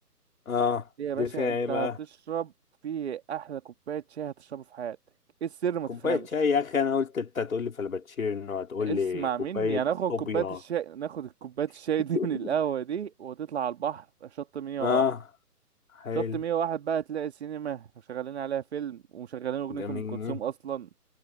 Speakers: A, on the left; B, on the right.
A: اه
B: ليه يا
A: دي
B: باشا
A: فيها
B: انت
A: ايه بقى
B: هتشرب في احلى كوبايه شاي هتشربه في حياتك ايه السر ما
A: كوباية
B: تفهمش
A: شاي يا اخي انا قلت انت هتقول لي فلابتشينو هتقول
B: اسمع
A: لي كوباية
B: مني هناخد
A: صوبيا
B: كوبايه الشاي ناخد الكوبايه الشاي
A: <laughs>
B: دي من القهوه دي وتطلع على البحر شط 101
A: اه حلو
B: شط 101 بقى تلاقي سينما وشغالين عليها فيلم ومشغلين اغنيه
A: جميل
B: ام كلثوم اصلا